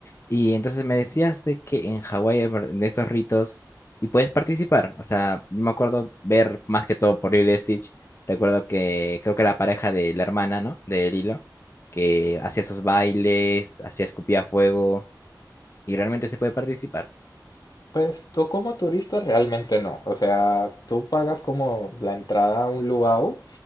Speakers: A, on the left; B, on the left.
A: Y entonces me decías de que en Hawái hay ver- de estos ritos y puedes participar. O sea, yo me acuerdo ver más que todo por Lilo y Stitch. Recuerdo que creo que la pareja de la hermana, ¿no? De Lilo, que hacía esos bailes, hacía escupía fuego y realmente se puede participar.
B: Pues tú como turista realmente no, o sea, tú pagas como la entrada a un luau